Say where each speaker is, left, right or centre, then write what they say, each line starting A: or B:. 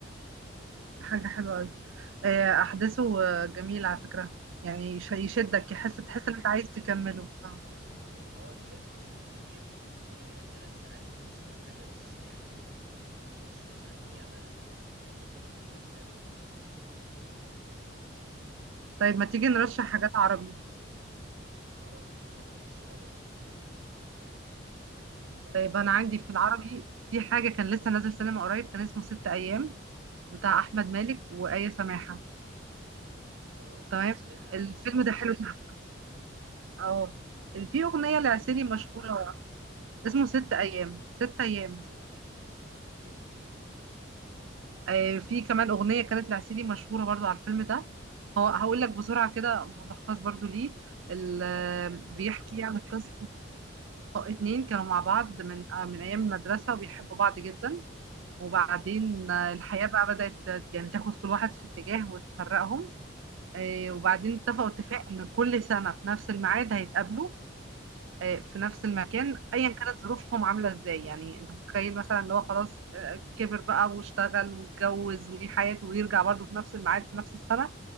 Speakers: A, on the right; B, on the right.
A: حاجة حلوة قوي آه،
B: مم.
A: احداثه آه، جميلة على فكرة يعني يش-
B: دي
A: يشدك
B: حقيقة
A: يحس تحس ان انت
B: هو
A: عايز تكمله اه
B: هو اه الفيلم أصلا كبير تقريبا ثلاث ساعات ونص أو حاجة بس يعني ما فيهوش مثلا دقيقة ملل الفيلم كله أحداثه حلوة طيب
A: طيب ما تيجي نرشح حاجات عربي
B: كعربي ما أنا ماليش قوي أنت ممكن تقولي لي أفلام
A: طيب
B: مثلا
A: انا عندي في العربي في حاجه كان لسه نازل سينما قريب كان اسمه ست ايام بتاع احمد مالك وآية سماحه
B: اه
A: تمام
B: أنا سمعت عنه
A: الفيلم
B: بس ما شفتوش
A: ده حلو جدا
B: يعني
A: اه في اغنيه
B: هو اسمه
A: لعسيلي
B: إيه؟
A: مشهوره اسمه ست ايام ست ايام
B: ست أيام أوكي
A: آه في كمان اغنيه كانت لعسيلي مشهوره برضو على الفيلم ده هو هقول
B: مم.
A: لك بسرعه كده ملخص برضو ليه ال-
B: اه ركاب
A: بيحكي
B: كده بسرعة
A: يعني قصه اتنين
B: مم.
A: كانوا مع بعض من آه، من ايام المدرسه وبيحبوا بعض جدا وبعدين
B: تمام
A: آه، الحياة بقى بدأت يعني تاخد كل واحد في اتجاه وتفرقهم آه،
B: حلو
A: وبعدين اتفقوا اتفاق ان كل سنة في نفس الميعاد هيتقابلوا آه، في نفس
B: جميل
A: المكان ايا كانت ظروفهم عاملة ازاي يعني انت متخيل مثلا ان هو خلاص آه، كبر بقى واشتغل واتجوز وليه حياته ويرجع برضه في نفس الميعاد في نفس السنة